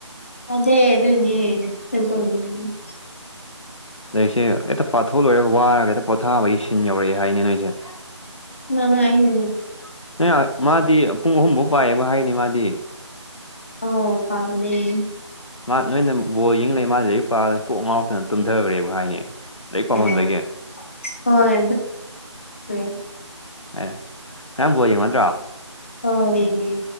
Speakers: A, on the left; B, on the left.
A: <unintelligible>
B: ꯂꯥꯏꯔꯤꯛꯁꯦ ꯍꯦꯛꯇ ꯄꯥꯊꯣꯛ ꯂꯣꯏꯔꯒ ꯋꯥꯔꯒ ꯍꯦꯛꯇ ꯄꯣꯊꯥꯕꯒꯤ ꯁꯤꯟ ꯌꯧꯔꯛꯑꯦ ꯍꯥꯏꯅꯦ ꯅꯣꯏꯁꯦ
A: ꯅ ꯅꯥꯏꯅꯅꯦ
B: <unintelligible> ꯃꯥꯗꯤ ꯄꯨꯡ ꯑꯍꯨꯝꯐꯥꯎ ꯄꯥꯏꯌꯦꯕ ꯍꯥꯏꯅꯤ ꯃꯥꯗꯤ
A: ꯑꯣ ꯄꯥꯕꯅꯦ
B: ꯃꯥ ꯅꯣꯏꯅ ꯕꯣꯜ ꯌꯦꯡ ꯂꯩꯔ ꯃꯥ ꯂꯩꯔꯤꯛ ꯄꯥ ꯀꯣꯛ ꯉꯥꯎꯔꯛꯇꯅ ꯇꯨꯝꯗꯒ꯭ꯔꯦꯕꯨ ꯍꯥꯏꯅꯦ ꯂꯥꯏꯔꯤꯛ ꯄꯥꯝꯃꯟꯕꯒꯤ
A: ꯑꯣ ꯍꯣꯏ <unintelligible>
B: ꯑꯦ <unintelligible> ꯕꯣꯜ ꯌꯦꯡꯕ ꯅꯠꯇ꯭ꯔꯣ?
A: ꯑꯎ ꯌꯦꯡꯉꯦ